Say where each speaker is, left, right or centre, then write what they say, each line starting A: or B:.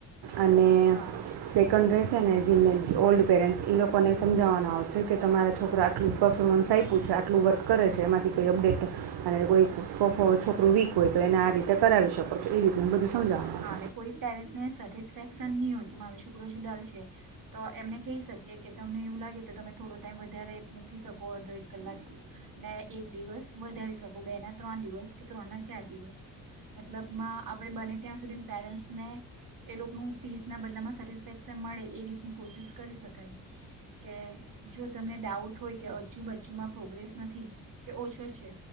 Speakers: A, on the right (about 65°); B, on the right (about 50°).
A: અને
B: હા
A: સેકન્ડ ડ્રેસ છે ને જીનને ઓલ્ડ પેરેન્ટ્સ એ લોકોને સમજાવવાનો આવશે કે તમારા છોકરા આટલું પર્ફોર્મન્સ આયપુ છે આટલું વર્ક કરે છે એમાંથી કંઈ અપડેટ, તમારે કોઈ પર્ફો છોકરું વીક હોય તો એને આ રીતે કરાવી શકો છો એ રીતનું બધું સમજાવવામાં
B: હા
A: આવશે.
B: અને કોઈ પેરેન્ટ્સને સેટિસફેક્શન ની હોય કે મારો છોકરો જ ઉડાલ છે, તો એમને કેઈ શકીએ કે તમને એવું લાગે તો તમે થોડો ટાઈમ વધારે મૂકી શક કો અડધો એક કલાક, ને એક દિવસ વધારે શકો બે ના ત્રણ દિવસ કે ત્રણ ના ચાર દિવસ. મતલબમાં આપડે બને પેરેન્ટ્સને, એ લોકોનું ફીસના બદલામાં સેટિસફેક્શન મળે એ રીતની કોશિશ કરી શકાય, કે જો તમને ડાઉટ હોય કે હજુબજુમાં પ્રોગ્રેસ નથી કે ઓછો છે